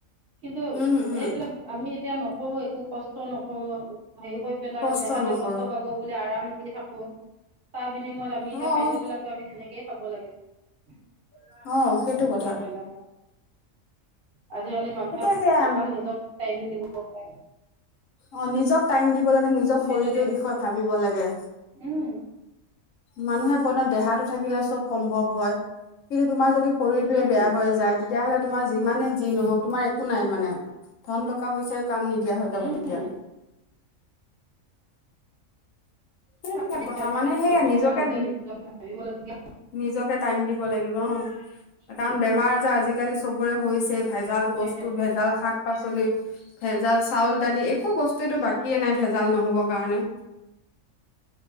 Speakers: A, on the right; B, on the left.
A: কিন্তু
B: উম, উম,
A: এইবিলাক আমি এতিয়া নকৰো একো কষ্ট নকৰো হেৰি কৰি পেলাই
B: কষ্ট
A: দেহাটোৱে
B: নকৰো
A: কষ্ট পাব বুলি আৰাম থাকো তাৰ বিনিময়ত আমি
B: অ',
A: এতিয়া খাদ্যবিলাকো আমি সেনেকেই খাব লাগিব। উম,
B: অ', সেইটো কথা।
A: কৈ পেলে। আজিকালি মানুহক
B: এতিয়া সেয়া
A: ইমান নিজক টাইম দিব পাৰে।
B: অ নিজক টাইম দিব লাগে নিজক
A: তুমি
B: শৰীৰটোৰ
A: যদি
B: বিষয়ে ভাবিব লাগে।
A: উম
B: মানুহে কয় ন দেহাটো থাকিলে চব সম্ভৱ হয়। কিন্তু তোমাৰ যদি শৰীৰটোয়ে
A: উম
B: বেয়া হৈ যায় তেতিয়া হ'লে তোমাৰ যিমানে যি নহওক তোমাৰ একো নাই মানে ধন টকা পইচাই কাম নিদিয়া হৈ যাব
A: উম
B: তেতিয়া। সেইবিলাক
A: আমি
B: কথা
A: আজি
B: মানে সেয়া
A: অকমান
B: নিজকে
A: নিজে নিজক ভাবিবলগীয়া
B: নিজকে টাইম দিব লাগিব।
A: উম
B: কাৰণ বেমাৰ আজাৰ আজি আজিকালি চবোৰে হৈছে ভেজাল
A: তুমি
B: বস্তু ভেজাল শাক পাচলি ভেজাল চাউল দালি একো বস্তুটো বাকিয়েই নাই ভেজাল নহ'ব কাৰণে।